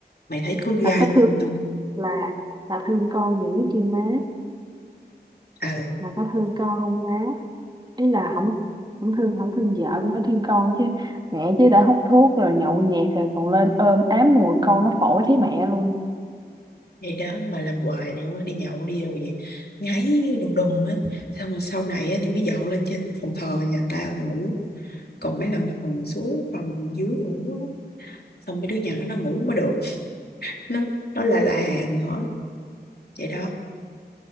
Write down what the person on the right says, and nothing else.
là có
thương
là là thương con dữ chưa má
là có thương con không má ý là không không thương không thương vợ cũng phải thương con chứ mẹ chứ đã hút thuốc rồi nhậu nhẹt rồi còn lên ôm ám mùi con nó phổi thấy mẹ luôn